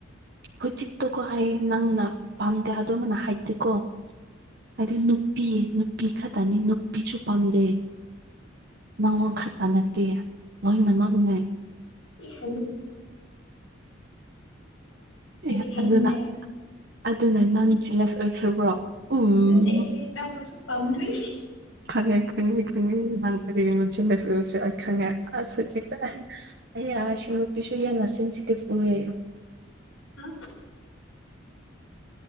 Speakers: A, on the right; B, on the left.
A: ꯍꯧꯖꯤꯛꯇꯣ ꯀꯣ ꯑꯩ ꯅꯪꯅ ꯄꯥꯝꯗꯦ ꯑꯗꯨꯃꯥꯏꯅ ꯍꯥꯏꯗꯦꯀꯣ ꯍꯥꯏꯗꯤ ꯅꯨꯄꯤ ꯅꯨꯄꯤ ꯈꯛꯇꯅꯤ ꯅꯨꯄꯤꯁꯨ ꯄꯥꯝꯗ‌ꯦ ꯫ ꯅꯉꯣꯟ ꯈꯛꯇ ꯅꯠꯇꯦ ꯂꯣꯏꯅꯃꯛꯅꯦ ꯫
B: ꯏꯁ <unintelligible> ꯑꯩꯗꯤ
A: ꯑꯦ
B: ꯍꯏꯥꯅꯤꯡꯗ‌ꯦ
A: ꯑꯗꯨꯅ
B: ꯍꯥꯏꯕꯅ‌ꯦ
A: ꯑꯗꯨꯅ ꯅꯪ ꯖ‌ꯦꯂꯦꯁ ꯑꯣꯏꯈ꯭ꯔꯥꯕ꯭ꯔꯣ ꯎꯝ
B: ꯅꯠꯇꯦ ꯑꯩꯗꯤ ꯅꯪꯕꯨꯁꯨ ꯄꯥꯝꯗ꯭ꯔꯤ
A: ꯈꯪꯉꯦ ꯈꯪꯉꯦ ꯈꯪꯉꯦ ꯅꯍꯪ ꯀꯔꯤꯒꯤꯅꯣ ꯖ‌ꯦꯂ‌ꯦꯁ ꯑ‌ꯣꯏꯕꯁꯨ ꯑꯩ ꯈꯪꯉꯦ ꯑꯁ ꯍꯧꯖꯤꯛꯇꯥꯏ ꯑꯩꯌ <unintelligible> ꯌꯥꯝꯅ ꯁ‌ꯦꯟꯁꯤꯇꯤꯞ ꯑ‌ꯣꯏꯌ‌ꯦ ꯫
B: ꯍꯥ